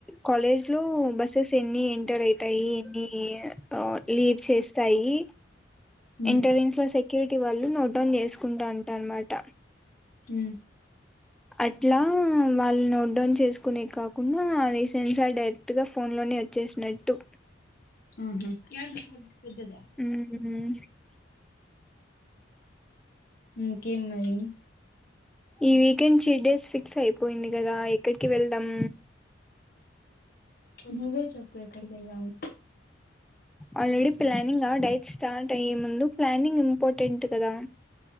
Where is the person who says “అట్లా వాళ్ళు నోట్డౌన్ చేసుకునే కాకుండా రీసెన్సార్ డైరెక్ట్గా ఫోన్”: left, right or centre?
Centre